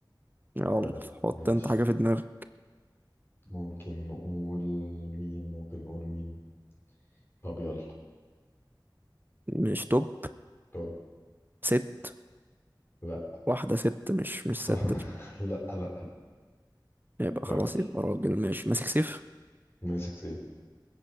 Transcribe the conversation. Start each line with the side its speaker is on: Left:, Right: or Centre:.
Right: يلا
Left: حلو
Right: حط
Left: ماشي
Right: انت حاجه في دماغك
Left: ممكن نقول مين ممكن نقول مين طب يلا
Right: مش توب
Left: طب
Right: ست
Left: لا
Right: واحده ست مش مش ست
Left: <laughs> لا لا
Right: يبقى
Left: راجل
Right: خلاص يبقى راجل ماشي ماسك سيف
Left: ماسك سيف